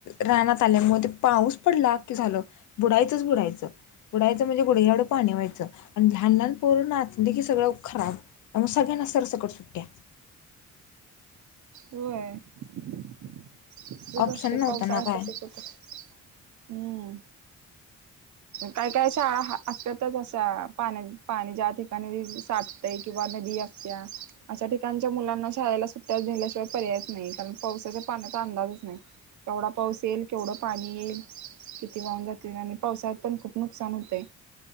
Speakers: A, on the left; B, on the right.
A: रानात आल्यामुळे ते पाऊस पडला की झाल बुडायचंच बुडायचं बुडायचं म्हणजे गुढग्याएव्हढ पाणी व्हायचं आणि लहान लहान पोरू नाचली की सगळं खराबग सगळ्यांना सरसकड सुट्ट्या
B: होय! तसंच
A: ऑप्शन
B: असतय
A: नव्हता
B: पावसाळ्यात
A: ना काय
B: तसंच असतय, हम्म काही काय शाळा असतच असा पाण्या पाणी ज्या ठिकाणी साठतय किंवा, नदी असत्या अशा ठिकाणच्या मुलांना शाळेला सुट्ट्याल्याशिवाय पर्यायच नाही कारण पावसाच्या पाण्यात त्याचा अंदाजच नाही केवढा पाऊस येईल, केवढं पाणी येईल, किती वाहून जातील आणि पावसात, पण खूप नुकसान होते.